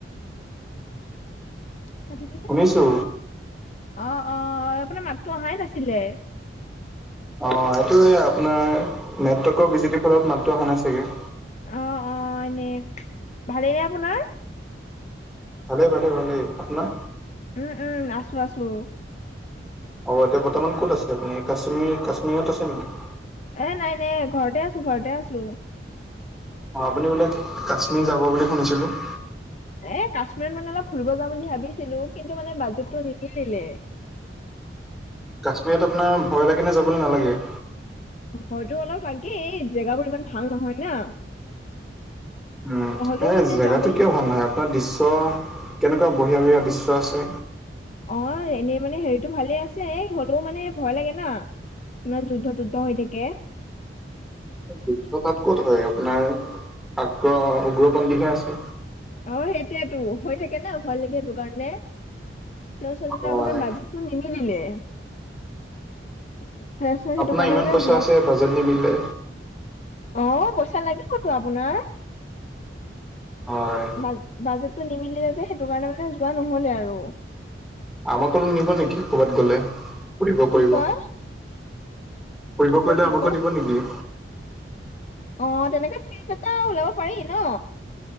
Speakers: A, on the left; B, in the centre.
A: কাতি দিউ
B: শুনিছো।
A: অ অ আপোনাৰ মাতো অহাই নাছিলে।
B: অ এইটোৱে আপোনাৰ নেটৱৰ্কৰ বিজুতিৰ ফলত মাতটো অহা নাই চাগে।
A: অ অ এনে ভালেই নে আপোনাৰ?
B: ভালে-ভালে-ভালে আপোনাৰ?
A: উম-উম-উম, আছোঁ আছোঁ।
B: অ এতিয়া বৰ্তমান ক'ত আছে আপুনি? কাশ্মীৰ কাশ্মীৰত আছে নেকি?
A: এ নাই নাই ঘৰতে আছোঁ, ঘৰতে আছোঁ।
B: অ আপুনি বোলে, কাশ্মীৰ যাব বুলি শুনিছিলো।
A: এ কাশ্মীৰত মানে অলপ ফুৰিব যাওঁ বুলি ভাবিছিলো কিন্তু মানে বাজেটটো নিমিলিলে।
B: কাশ্মীৰত আপোনাৰ ভয় লাগে নে যাবলৈ নালাগে?
A: ভয়তো অলপ লাগেই, জেগাবোৰ ইমান ভাল নহয় না।
B: উম
A: হ'লেও
B: সেই
A: মানে
B: জেগাতটো
A: যাম বুলি
B: কিয় ভাল নহয়, আপোনাৰ দৃশ্য কেনেকুৱা বঢ়িয়া-বঢ়িয়া দৃশ্য আছে।
A: অ এনেই মানে হেৰিটো ভালে আছে, হ'লেও মানে ভয় লাগে না। ইমান যুদ্ধ-তুদ্ধ হৈ থাকে।
B: যুদ্ধ তাত ক'ত হয়? আপোনাৰ আগ্ৰ উগ্ৰপন্থীহে আছে।
A: অ সেইটোৱেটো হৈ থাকে না ভয় লাগে সেইটো কাৰণে, তাৰপিছতে
B: হয়
A: আপোনাৰ বাজে টো নিমিলিলে। তাৰপিছত, সেইটো
B: আপোনাৰ
A: কাৰণে
B: ইমান
A: মানে
B: পইচা
A: যোৱা
B: আছে বাজেট নিমিলে
A: অ পইচা লাগিবটো আপোনাৰ।
B: হয়।
A: বা বাজেটো নিমিলিলে যে, সেইটো কাৰণে মানে যোৱা নহ'লে আৰু।
B: আমাক নো নিব নেকি ক'ৰবাত গ'লে? ঘুৰিব ফুৰিব।
A: কি কয়
B: ফুৰিব
A: কি কয়
B: কৰিলে
A: কি
B: আমকো
A: কয়
B: নিব নেকি?
A: অ তেনেকে ত্ৰিপ এটা ওলাব পাৰি ন।